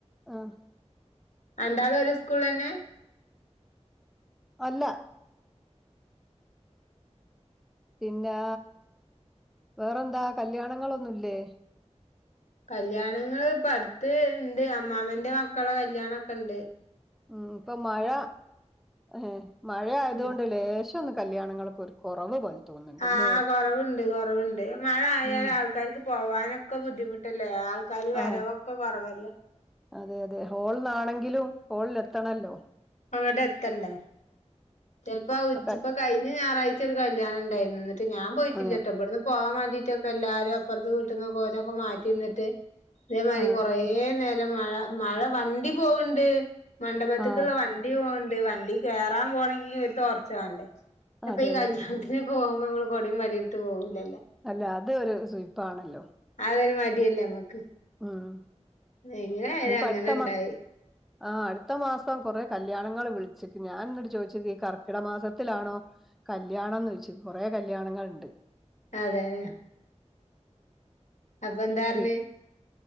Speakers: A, in the centre; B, on the left.
A: ഏഹ്
B: രണ്ടാളും ഒരു സ്കൂളിലന്നെ?
A: അല്ല പിന്നെ വേറെന്താ കല്യാണങ്ങളൊന്നുംല്ലേ
B: കല്യാണങ്ങൾ ഇപ്പ അടുത്ത് ഇണ്ട് അമ്മാമ്മന്റെ മക്കളുടെ കല്യാണ ഒക്കെ ഉണ്ട്
A: ഉം പ്പ മഴ, ഉം മഴ ആയതുകൊണ്ട്
B: ഉം
A: ലേശന്ന് കല്ല്യാണങ്ങള് ഒരു കുറവ് പോലെ തോന്നുന്നുണ്ട്ല്ലേ
B: ആഹ് കൊറവുണ്ട് കുറവുണ്ട് മഴ ആയാല
A: ഉം
B: ആൾക്കാർക്ക് പോവാനൊക്കെ ബുദ്ധിമുട്ടല്ലേ ൾക്കാര്
A: ആ
B: വരവൊക്കെ കുറവല്ലേ
A: അതെ അതെ ഹോളിലാണെങ്കിലും ഹോളിൽ എത്തണല്ലോ
B: അങ്ങട്ട് എത്തണ്ടേ ചിലപ്പോ ഉച്ചപ്പ
A: ഒക്കെ
B: കഴിഞ്ഞ ഞായറാഴ്ച ഒരു കല്യാണം ഉണ്ടായി എന്നിട്ട്ഞാൻ പോയിട്ടില്ലട്ടോ
A: ആ
B: എവിടുന്ന് പോകാൻ വേണ്ടിട്ടൊക്കെ എല്ലാരും അപ്പുറത്ത് വീട്ട്ന്ന്ക്കനൊക്കെ മാറ്റിന്നിട്ട് ഇതേമാതിരി
A: ആ
B: കുറേ ന്നേരം മഴ, മഴ വണ്ടി പോവണ്ട് മണ്ഡപത്തക്ള്ള
A: ആ
B: വണ്ട ണ്ടി പോണ്ട്. വണ്ടി കേറാൻ പോണെങ്കി ഒര് ടൊർച്ച് വേണ്ടേ. പ്പ
A: അതെ അതെ
B: ഈ കല്യ ഇതിനൊക്കെ പോകുമ്പോ നമ്മള് കൊടിം വടിം എടുത്ത് പോകൂല്ലല്ലോ
A: അല്ല അത് ഒരു സുയിപ്പാണല്ലോ
B: അതൊരു മടിയല്ലേ നമ്മക്ക്
A: ഉം.
B: എങ്ങനായാലും
A: ഇനിയിപ്പ
B: അങ്ങനണ്ടായി
A: അടുത്ത മാ ആഹ് അടുത്ത മാസം കൊറെ കല്യാണങ്ങൾ വിളിച്ചിക്ക്ണ് ഞാന് എന്നിട്ട് ചോദിച്ചത് ഈ കർക്കിട മാസത്തിലാണോ കല്ല്യാണംന്ന് ചൊയ്ച്ചു കൊറെ കല്ല്യാണങ്ങൾഇണ്ട്.
B: അതെതെ അപ്പ എന്താ പർഞ്ഞെ?
A: ഇ